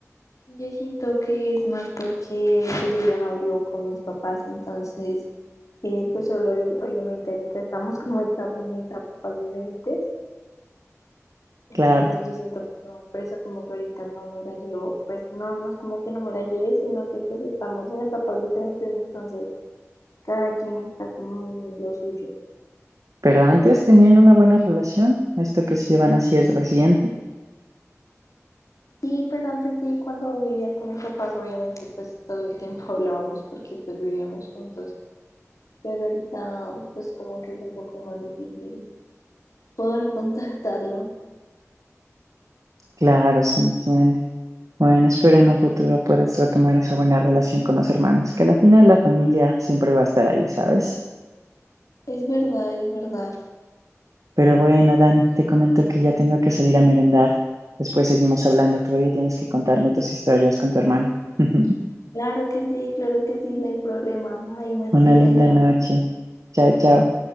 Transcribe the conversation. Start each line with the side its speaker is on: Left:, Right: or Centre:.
Left: Yo siento que es más porque pues yo ya no vivo con mis papás, entonces eh, pues solo obviamente ahorita estamos como etapa- en etapas diferentes, entonces
Right: Claro.
Left: yo siento que no, por eso como que ahorita no me la llevo, pues no, no es como que no me la lleve, sino que pues estamos en etapas diferentes, entonces cada quien está como en lo suyo.
Right: Pero antes tenían una buena relación. Esto que se llevan así es reciente.
Left: Sí, pues antes sí, cuando vivía con mis papás, obviamente pues todo el tiempo <laughs> hablábamos porque pues vivíamos juntos. Pero ahorita, pues como que es un poco más difícil. poder contactarlo.
Right: Claro, se entiende. Bueno, espero en un futuro puedas retomar esa buena relación con los hermanos, que al final la familia siempre va a estar ahí, ¿sabes?
Left: Es verdad, es verdad.
Right: Pero bueno, Dani, te comento que ya tengo que salir a merendar. Después seguimos hablando, todavía tienes que contarme tus historias con tu hermano. <laughs>
Left: Claro que sí, claro que sí, no hay problema. Ahí me escribes,
Right: Una linda
Left: mi amor.
Right: noche. Chao, chao.